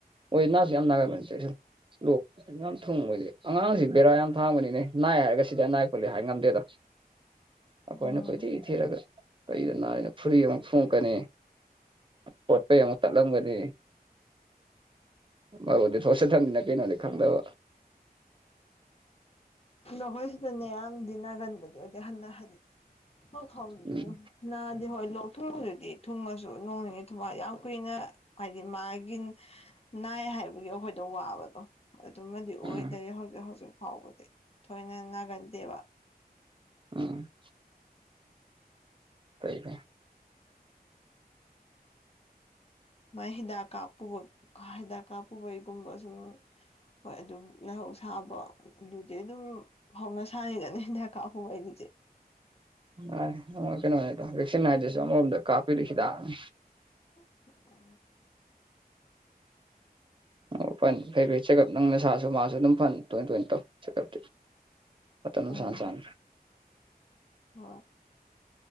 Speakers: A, on the right; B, on the left.
A: ꯑꫭꯏ ꯅꯥꯁꯨ ꯌꯥꯝ ꯅꯒꯟꯕꯅꯦ ꯆꯦꯛꯁꯜꯂꫭ ꯂꯣꯛ ꯀꯁꯦ ꯌꯥꯝ ꯊꯨꯡꯕꯖꯦ ꯑꯉꯥꯡꯁꯤ ꯕꯦꯔꯥ ꯌꯥꯝ ꯊꯥꯡꯕꯅꯤꯅꯦ ꯅꯥꯏ ꯍꯥꯏꯔꯒ ꯁꯤꯗꯤ ꯅꯥꯏ ꯈꯣꯠꯂꯤ ꯍꯥꯏ ꯉꯝꯗꯦꯗꫭ
B: ꯎꯝ
A: ꯑꯈꫭꯏꯅ ꯀꯣꯏ ꯊꯤ ꯊꯤꯔꯒ ꯀꯩꯗ ꯅꯥꯏꯅꫭ ꯐꯨꯔꯤ ꯑꯃꯨꯛ ꯊꯨꯡꯉꯛꯀꯅꯤ ꯄꯣꯠꯄꯩ ꯑꯃ ꯆꯠꯂꯝꯒꯅꯤ ꯃꯔꯨꯗꯤ ꯊꫭꯠꯁꯤꯠ ꯊꯝꯃꯤꯅ ꯀꯩꯅꯣꯗꯤ ꯈꯪꯗꯕ
B: ꯅꯈꯣꯏꯁꯤꯗꯅꯦꯌꯥꯝ ꯗꯤꯅꯒꯟꯕꯗꫭ ꯑꯗꯩ ꯍꯟꯅ ꯍꯥꯏꯅꯤ ꯍꫭ ꯍꯥꯎ
A: ꯎꯝ
B: ꯅꯥꯗꯦ ꯍꯣꯏ ꯂꯣꯛ ꯊꯨꯡꯕꯗꯨꯗꯤ ꯊꯨꯡꯉꯁꯨ ꯅꯣꯡ ꯅꯤꯅꯤ ꯊꯨꯝꯃꯥꯏ ꯌꯥꯝ ꯀꯨꯏꯅ ꯍꯥꯏꯗꯤ ꯃꯥꯒꯤ ꯅꯥꯏ ꯍꯥꯏꯕꯒꯤ ꯑꯩꯈꯣꯏꯗ ꯋꯥꯕꯗꯣ ꯑꯗꯨꯃꯗꯤ ꯑꯣꯏꯗꯔꯦ
A: ꯎꯝ
B: ꯍꯧꯖꯤꯛ ꯍꯧꯖꯤꯛ ꯐꯥꯎꯕꯗꯤ ꯊꯣꯏꯅ ꯅꯥꯒꯟꯗꯦꯕ
A: ꯎꯝ ꯀꯩꯕꫭ
B: ꯃꯥꯏ ꯍꯤꯗꯥꯛ ꯀꯥꯞꯄꯨꯕ ꯍꯤꯗꯥꯛ ꯀꯥꯞꯄꯨꯕꯩꯒꯨꯝꯕ ꯑꯗꯨ ꯍꯣꯏ ꯑꯗꯨꯝ ꯂꯩꯥꯏꯍꯧ ꯁꯥꯕ ꯑꯗꯨꯗꯤ ꯑꯗꯨꯝ ꯍꯧꯅ ꯁꯥꯅꯤꯗꯅꯦ ꯗꯤꯟꯗꯦꯔꯞ ꯀꯥꯞꯄ ꯑꫭꯏꯗꯔꯤꯖꯦ
A: ꯃꯥꯅꯤ ꯀꯩꯅꯣꯅꯤꯗ ꯚꯦꯛꯁꯤꯟ ꯍꯥꯏꯗꯨꯁꯨ ꯑꯃꯔꯣꯝꯗ ꯀꯥꯞꯄꯤꯔꯤ ꯍꯤꯗꯥꯡ
B: ꯎ ꯑ
A: ꯑꯣ ꯐꯅꯤ ꯐꯩ ꯐꯩ ꯆꯦꯀꯞ ꯅꯪ ꯅꯁꯥꯁꯨ ꯃꯥꯁꯨ ꯑꯗꯨꯝ ꯐꯅ ꯇꯣꯏ ꯇꯣꯏꯅ ꯇꯧ ꯆꯦꯀꯞꯇꯤ ꯄꯇꯝ
B: ꯎꯝ
A: ꯆꯥꯟ ꯆꯥꯟ
B: ꯍꯣꯏ